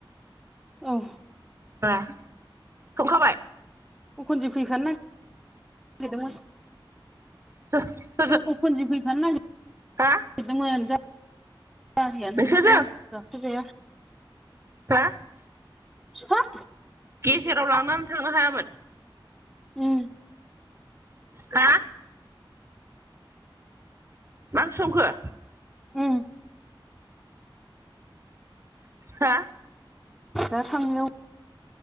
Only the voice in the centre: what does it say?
औ।
अखुनजि फैफानो नांगिरदोंमोन।
अखनजि फैफानो नागिरगिरदोंमोन
जा <unintelligible> गारियानो
साथाम गाखोजाया
फिफा
उम
उम
दा थांनायाव